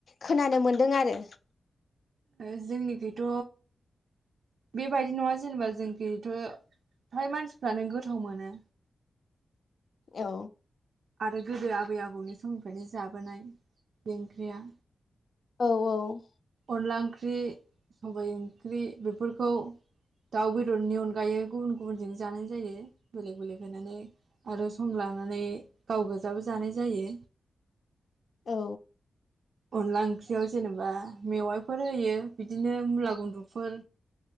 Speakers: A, on the left; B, on the right.
A: खोनानो मोनदों आरो
B: ओ जोंनिखैथ' बेबायदि नङा जेनेबा जोंखिथ' फ्राय मानसिफ्रानो गोथाव मोनो
A: औ
B: आरो गोदो आबै आबौनि समनिफ्रायनो जाबोनाय बे ओंख्रिया
A: औ औ
B: अनला ओंख्रि सबाय ओंख्रि बेफोरखौ दाउ बेदरनि अनगायै गुबुन गुबुनजों जानाय जायो बेलेक बेलेक होनानै आरो सम लानानै गाव गोजाबो जानाय जायो
A: औ
B: अनला ओंख्रियाव जेनेबा मेवाइफोर होयो बिदिनो मुला गुनद्रुफोर